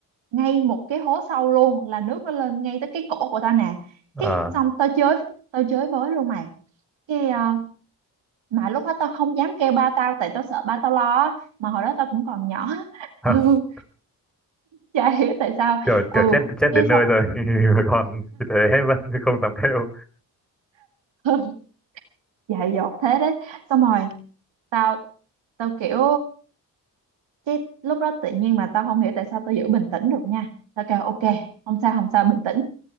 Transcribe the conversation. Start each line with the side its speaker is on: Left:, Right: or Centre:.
Right: ngay một cái hố sâu luôn là nước nó lên ngay tới cái cổ của tao nè
Centre: ờ.
Right: cái xong tao chơi tao chơi với luôn mày cái ờ, mà lúc đó tao không dám kêu ba tao tại tao sợ ba tao lo á. mà hồi đó tao cũng còn nhỏ <laughs>
Centre: <laughs>
Right: ừ chả hiểu tại sao
Centre: kiểu,
Right: ừ
Centre: kiểu chết chết đến
Right: cái
Centre: nơi
Right: xong
Centre: rồi <laughs> mà còn như thế vẫn không dám kêu.
Right: <laughs> dại dột thế đấy xong rồi tao tao kiểu cái lúc đó tự nhiên mà tao không hiểu tại sao tao giữ bình tĩnh được nha tao kêu ok không sao không sao bình tĩnh